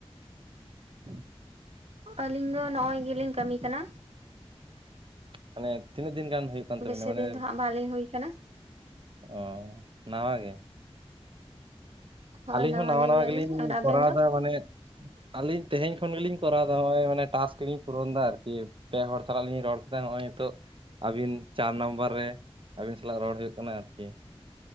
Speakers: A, on the right (about 55°); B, on the right (about 75°).
A: <inaudible>
B: ᱟᱹᱞᱤᱧ ᱫᱚ ᱱᱚᱜ ᱚᱭ ᱜᱮᱞᱤᱧ ᱠᱟᱹᱢᱤ ᱠᱟᱱᱟ᱾
A: ᱢᱟᱱᱮ ᱛᱤᱱᱟᱹᱜ ᱫᱤᱱ ᱜᱟᱱ ᱦᱩᱭᱩᱜ ᱠᱟᱱ ᱛᱟᱵᱤᱱᱟ?
B: ᱵᱮᱥᱤ
A: ᱢᱟᱱᱮᱼ
B: ᱫᱤᱱ ᱫᱚ ᱦᱟᱸᱜ ᱵᱟᱞᱤᱧ ᱦᱩᱭ ᱠᱟᱱᱟ᱾
A: ᱚ ᱱᱟᱣᱟ ᱜᱮ?
B: ᱦᱳᱭ
A: ᱟᱹᱞᱤᱧ ᱦᱚᱸ ᱱᱟᱣᱟ
B: ᱧᱚᱜ
A: ᱱᱟᱣᱟ
B: ᱜᱮᱭᱟᱞᱤᱧ
A: ᱜᱮᱞᱤᱧ
B: ᱟᱨ ᱟᱵᱮᱱ
A: ᱠᱚᱨᱟᱣ
B: ᱫᱚ?
A: ᱮᱫᱟ ᱢᱟᱱᱮᱼᱼ ᱟᱹᱞᱤᱧ ᱛᱮᱦᱮᱧ ᱠᱷᱚᱱ ᱜᱮᱞᱤᱧ ᱠᱚᱨᱟᱣ ᱮᱫᱟ ᱱᱚᱜ ᱚᱭ ᱢᱟᱱᱮ ᱴᱟᱥᱠ ᱠᱚᱞᱤᱧ ᱯᱩᱨᱚᱱ ᱮᱫᱟ ᱟᱨᱠᱤ ᱯᱮ ᱦᱚᱲ ᱥᱟᱞᱟᱜ ᱞᱤᱧ ᱨᱚᱲ ᱠᱮᱫᱟ ᱱᱚᱜᱼᱚᱭ ᱱᱤᱛᱚᱜ ᱟᱹᱵᱤᱱ ᱪᱟᱨ ᱱᱟᱢᱵᱟᱨ ᱨᱮ ᱟᱹᱵᱤᱱ ᱥᱟᱞᱟᱜ ᱨᱚᱲ ᱦᱩᱭᱩᱜ ᱠᱟᱱᱟ ᱟᱨᱠᱤ ᱾